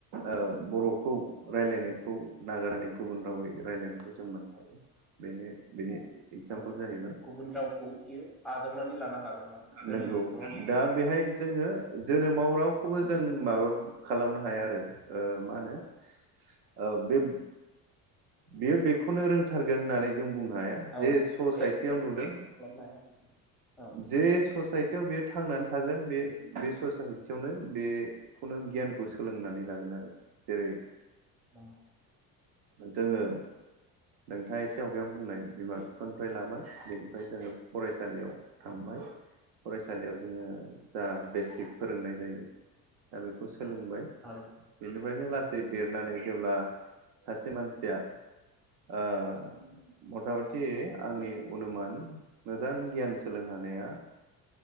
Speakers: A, on the right; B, in the centre.
A: ओ बर'खौ रायलायनायखौ
B: उम
A: नागारनानै गुबुन रावै रायलायनायखौ जों मोननो हायो बेनि बेनि एगजामपोल
B: औ
A: जाहैबाय
B: गुबुन रावखौ बियो आजावनानै लानो हागोन मान गोरलैयै
A: नंगौ
B: नङा होमबा।
A: दा बेहाय जोङो जोनोमाव रावखौबो जों माबा खालामनो हाया आरो। ओ मा होनो ओ बे बियो बेखौनो रोंथारगोन होननानै जों बुंनो हाया
B: औ
A: जे ससाइटियाव
B: एक्सेप्ट
A: नुदों
B: एक्सेप्ट खालामनो हाया औ
A: जे सस ससाइटियाव बेयो थांनानै थागोन बे बे ससाइटियावनो बे खुनु गियानखौ सोलोंनानै लागोन आरो जेरै <inaudible>
B: औ
A: जोङो नोंथाङा एसे आवगायाव बुंनाय बिमा बिफानिफ्राय लाबाय बेनिफ्राय जोङो फरायसालियाव थांबाय फरायसालियाव जोङो जा बेसिक फोरोंनाय जायो दा बेखौ सोलोंबाय
B: थारैनो
A: बेनिफ्रायनो लासै देरनानै जेब्ला सास से मानसिया ओ मथा मथि आंनि अनुमान मोजां गियान सोलोंहानाया